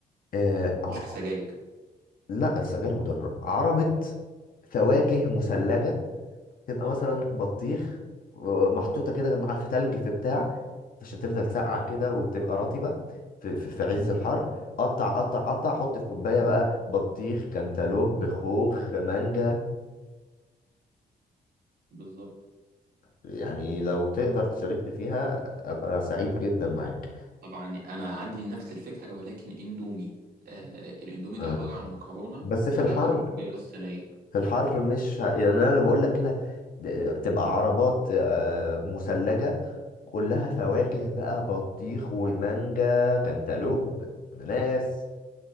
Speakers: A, on the left (about 60°); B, on the right (about 80°).
A: آه ع-
B: كشك سجاير
A: لا السجاير مضره عربه فواكه مثلجه تبقى مثلا بطيخ آه، محطوطه كده مع في تلج في بتاع عشان تفضل ساقعه كده وتبقى رطبه في, في, في عز الحر قطع قطع قطع حط في كوبايه بقى بطيخ كانتالوب خوخ مانجا
B: بالظبط
A: يعني لو تقدر تشاركني فيها ابقى سعيد جدا معاك
B: طبعا انا عندي نفس الفكره ولكن اندومي آه الاندومي دي
A: آه،
B: عباره عن مكرونه
A: بس في
B: آه
A: الحر
B: على الطريقه الصينيه
A: في الحر مش ه... يعني انا بقول لك كده د- تبقى عربات آه، مثلجة كلها فواكه بقى بطيخ ومانجا كانتالوب اناناس